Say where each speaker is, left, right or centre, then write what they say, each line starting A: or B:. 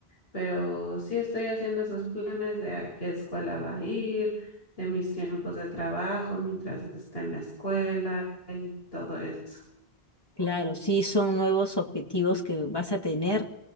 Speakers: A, on the left; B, on the left.
A: Pero sí estoy haciendo esos planes de a qué escuela va a ir, de mis tiempos de trabajo mientras está en la escuela y todo eso.
B: Claro, sí, son nuevos objetivos que vas a tener